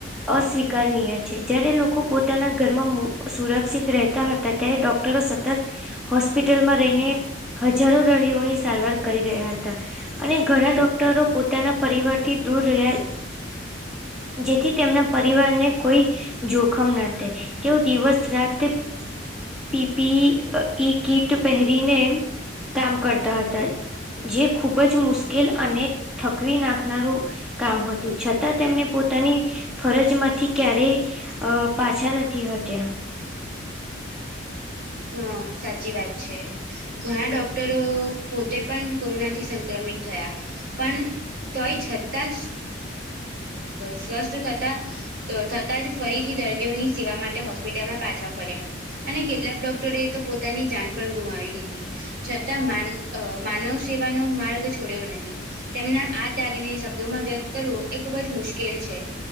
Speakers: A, in the centre; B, on the right.
A: અસ્વીકારનીય છે જયારે લોકો પોતાના ઘરમાં સુરક્ષિત રહેતા હતા. ત્યારે ડોક્ટરો સતત હોસ્પિટલમાં રહીને. જરૂર <unintelligible> સારવાર કરી રહ્યા હતા. અને ઘણા ડોક્ટરો પોતાના પરિવાર થી દૂર રહ્યા. જેથી તેમના પરિવારને કોઈ જોખમ <unintelligible> તેઓ દિવસ રાતે પી. પી. ઈ <unintelligible> કીટ પહેરીને કામ કરતા હતા જે ખૂબજ મુશ્કેલ અને થકવી નાખનારું કામ હતું છતાં તેમને પોતાની ફરજમાંથી ક્યારેય અ પાછા નથી હત્યાં
B: હમ્મ સાચી વાત છે. ઘણા ડોક્ટરો પોતે પણ કોરોનાથી સંક્રમિત થયા. પણ તોય છતાં સ્વસ્થ <unintelligible> થતા થતાં જ ફરીથી દર્દીઓની સેવા માટે હોસ્પિટલમાં પાછા ફર્યા અને કેટલાક ડોક <unintelligible> પોતાની જાન પણ ગુમાવી દીધી. છતાં માન અ માનવ સેવાનો માર્ગ છોડ્યો નહીં તેમના આ ત્યાગને શબ્દોમાં વ્યક્ત કરવું એ ખૂબ જ મુશ્કેલ છે.